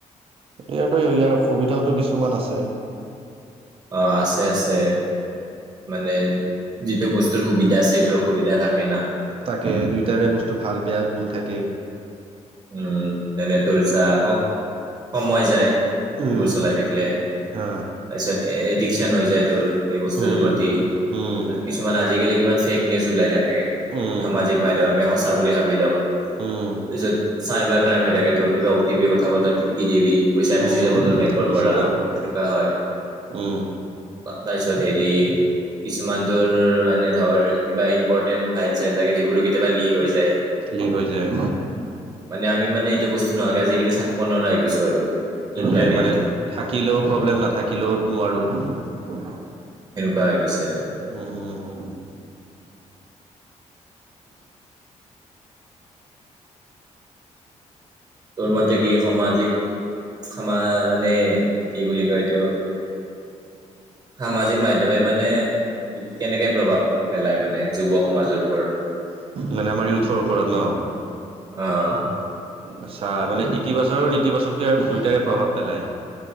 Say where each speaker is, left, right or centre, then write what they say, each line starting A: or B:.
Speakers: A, on the right; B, on the right.
A: ইয়াতো ইয়াৰ অসুবিধাওো কিছুমান আছে।
B: অ আছে আছে। মানে যিটো বস্তুৰ সুবিধা আছে সেইটো অসুবিধা থাকে না।
A: তাকে দুয়টাৰে বস্তু ভাল বেয়া গুণ থাকে।
B: উম তেনেটো যা‌ হক সময় যায়
A: উম
B: এইবোৰ চলাই থাকিলে
A: হা
B: তাৰপিছত এডিকশন হৈ যায় তোৰ এই বস্তুৰ
A: উম
B: প্ৰতি।
A: উম
B: কিছুমান আজিকালি কিমান চেক নিউজ ওলাই থাকে
A: উম
B: সামাজিক মাধ্্যম আমি সঁচা বুলি ভাবি লও
A: উম
B: যত চাইবাৰ ক্ৰাইম হৈ থাকে তোৰ কিবা অ টি পি কথা প ি পি ডিবি পইচা গুচি
A: উম
B: যাব তোৰ বেংকৰ
A: গুচি
B: পৰা
A: যাব
B: সেনেকুৱা হয়,
A: উম
B: তাৰিছত হেৰি কিছুমানতোৰ মানে ধৰ কিবা ইম্পৰ্টেণ্ট ফাইল চাইল লাগিল সেইবোৰো কেতিয়াবা লী হৈ যায়।
A: লি হৈ যায়।
B: মানে আমি মানে এইটো বস্তু নহোৱাকে আজিকালি থাকিব নোৱাৰাগুছো আৰু।
A: সেইটোৱে
B: ইণ্টাৰনেটটো
A: মানে থাকিলেও প্ৰব্লেম নাথাকিলেও নোৱাৰোঁ।
B: কাই বিচাৰো।
A: উম হুম হুম
B: তোৰ মতে কি সামাজিক আমাৰ মানে কি বুলি কয় এইটো! সামাজিক মাধ্যমে মানে কেনেকে প্ৰভাৱ পেলায় মানে যুৱ সমাজৰ ওপৰত। <inaudible>
A: মানে আমাৰ ইউঠৰৰ ওপৰত ন?
B: আহ।
A: আচ্ছা মানে ইতিবাচক আৰু নেতিবাচকত আৰু দুইটাৰে প্ৰভাৱ পেলায়।